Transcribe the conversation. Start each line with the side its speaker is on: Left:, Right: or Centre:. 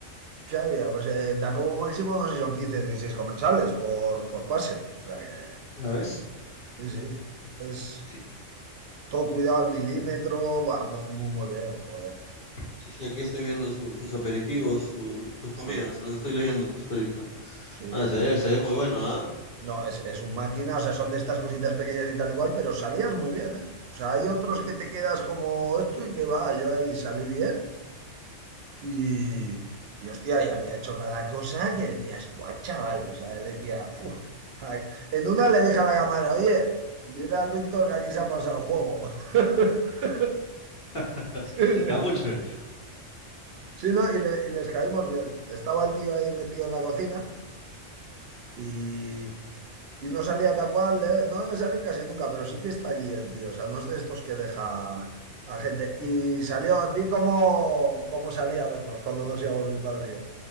Right: ¿qué había? Pues eh, da como máximo, no sé si son 15, 16 comensales por, por pase. O sea que,
Left: ¿La ves?
Right: sí, sí. Es
Left: Sí,
Right: todo cuidado al milímetro, va mu- muy, muy, bien, joder.
Left: sí, sí, aquí estoy viendo su- sus aperitivos, su- sus comidas,
Right: Sí,
Left: las estoy leyendo justo ahorita.
Right: sí,
Left: Ah,
Right: sí.
Left: se ve, se ve muy bueno, ¿ah?
Right: No, es, es un máquina, o sea, son de estas cositas pequeñas y tal igual, pero salías muy bien, ¿eh? O sea, hay otros que te quedas como esto y que va, yo ahí salí bien. Y, y hostia, y había hecho cada cosa que decías, guau, chaval. O sea, decía, "Fu". Ay, En una le dije a la cámara, oye, dile al Víctor que aquí se ha pasado el juego. <laughs>
Left: <laughs>
Right: Sí, sí.
Left: Ya mucho. eh.
Right: Sí, no, y, le- y les caímos bien. Estaba el tío ahí metido en la cocina y, y no salía tal cual, de- no debe salir casi nunca, pero sí que está allí el tío. O sea, no es de estos que deja a gente. Y salió, vi cómo, cómo salía a vernos cuando nos íbamos mi padre y yo.